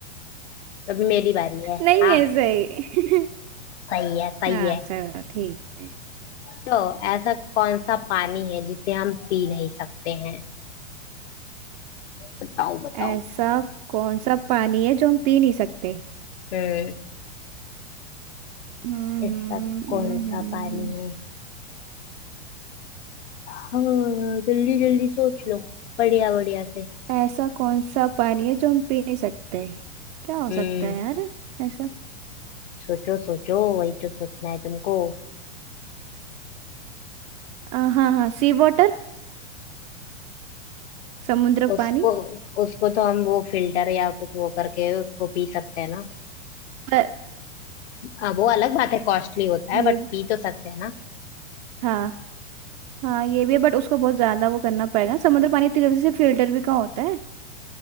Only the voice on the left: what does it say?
अभी मेरी बारी है
हाँ
सही है सही
है
तो ऐसा कौन सा पानी है जिसे हम पी नहीं सकते हैं बताओ बताओ
हम्म
ऐसा कौन
सा पानी है हाँ जल्दी जल्दी सोच लो बढ़िया बढ़िया से
हम्म
सोचो सोचो वही तो सोचना है तुमको
उसको
उसको तो हम वो फिल्टर या कुछ वो करके उसको पी सकते हैं ना
हाँ, वो अलग बात है कॉस्टली होता
है बट पी तो सकते हैं ना